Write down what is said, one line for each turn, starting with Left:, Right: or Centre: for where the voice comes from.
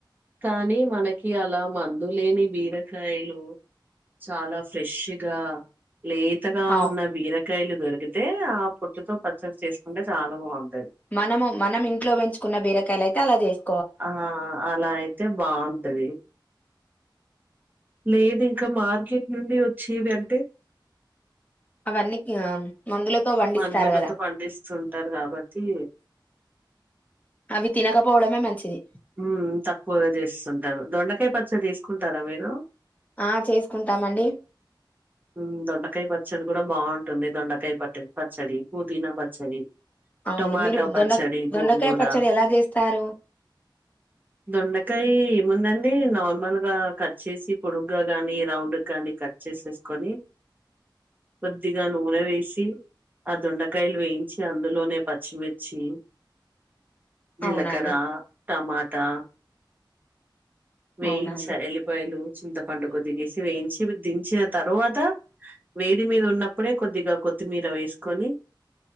Right: కాని మనకి అలా మందులేని బీరకాయలు చాలా ఫ్రెష్ గా లేతగా
Left: అవ్
Right: ఉన్న బీరకాయలు దొరికితే ఆ పొట్టుతో పచ్చడి చేసుకుంటే చాలా బాగుంట
Left: మనము మనం ఇంట్లో పెంచుకున్న బీరకాయలు అయితే అలా చేస్.
Right: ఆ అలా అయితే బావుంటది. లేదు ఇంకా మార్కెట్ నుండి వచ్చేవి అంటే
Left: అవన్నీ ఆ మందులతో పండిస్తారు
Right: మందులతో
Left: కదా
Right: పండిస్తుంటారు కాబట్టి
Left: అవి తినకపోవడమే మంచిది.
Right: ఉమ్ తక్కువగా చేస్తుంటాను దొండకాయ పచ్చ తీసుకుంటారా మీరు
Left: ఆ చేసుకుంటామండి
Right: ఉమ్ దొండకాయ పచ్చడి కూడా బాగు టుంది దొండకాయ పట్ట పచ్చడి పుదీనా పచ్చడి.
Left: అవును
Right: టమాటో
Left: మీరు
Right: పచ్చడి
Left: దొండ
Right: గోంగుర
Left: దొండకాయ పచ్చడి ఎలా చేస్తారు
Right: దొండకాయ ఏముందండి నార్మల్ గా కట్ చేసి పొడుగగా గానీ రౌండ్ గానీ కట్ చేసేసుకొని కొద్దిగా నూనె వేసి ఆ దొండకాయలు వేయించి అందులోనే పచ్చిమిర్చి. జీలకర
Left: అవునండి
Right: టమాటా. వేయించ
Left: అవునండి
Right: ఎల్లిపాయలు చింతపండు కొద్దిగేసి వేయించి దించిన తరువాత. వేడి మీద ఉన్నప్పుడే కొద్దిగా కొత్తిమీర వేసుకొని